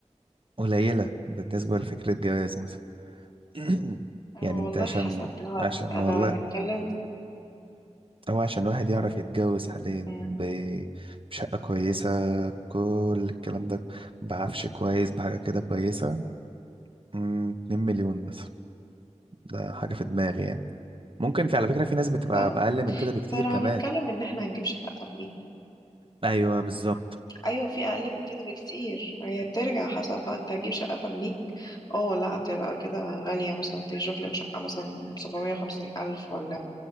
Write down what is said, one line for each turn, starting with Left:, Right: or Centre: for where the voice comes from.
Right: قليلة بالنسبة لفكرة جواز مثلا <clears throat>
Left: اه
Right: يعني
Left: والله
Right: انت عشان
Left: حسب لا
Right: عشان
Left: انا
Right: والله
Left: هنتكلم
Right: او عشان واحد يعرف يتجوز حاليا
Left: مم.
Right: ب- بشقة كويسة بكل الكلام ده بعفش كويس بحاجة كده كويسة مم، 2 مليون مثلا ده حاجة في دماغي يعني ممكن في على فكرة في ناس بتبقى
Left: لا
Right: بأقل من كده بكتير
Left: لا، لو
Right: كمان
Left: هنتكلم ان احنا هنجيب شقة تمليك
Right: ايوه بالظبط
Left: ايوه في اقل من كده بكتير هي بترجع حسب بقى انت هتجيب شقة تمليك اه لا هتبقى كده غالية مثلا تشوف لك شقة مثلا سبعمية وخمسين ألف ولا